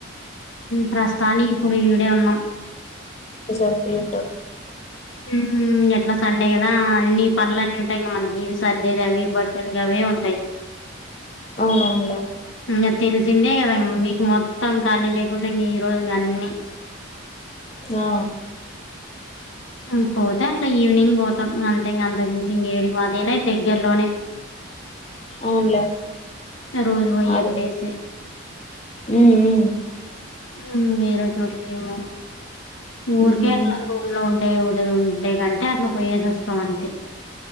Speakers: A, on the left (about 70°); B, on the left (about 35°).
A: ప్రస్తుతానికి ఇప్పుడు ఈడే ఉన్నాం
B: విసారికి ఉంట
A: హ్మ్ ఎట్లా సండే కదా అన్ని పనుల అన్నీ ఉంటాయి మనకి ఇవి సర్దేది అవి బట్టలు గవే ఉంటాయి
B: అవునవునులే
A: ఇంగా తెల్చిందే గదా మీకు మొత్తం ఖాళీ లేకుండా ఇంగా ఈ రోజు ఇంగా అన్నీ
B: ఆ
A: ఉ పోతే అట్లా ఈవినింగ్ వోతాం అంతె ఇంగ అంతకుమించి ఇంగ ఏడికి వాదే అదేనా దేగ్గర్లోనే
B: అవునులే
A: ఇగ రోజు వోయి
B: అదే
A: ఎట్ల ఎసె
B: ఉమ్ ఉ
A: హుమ్ వేరే చోటుకెమో ఊరికే
B: ఉమ్
A: అట్లా రూమ్లో ఉన్ లే ఉదయం ఉంటే కంటే అట్లా పోయేసి అస్తాం అంతే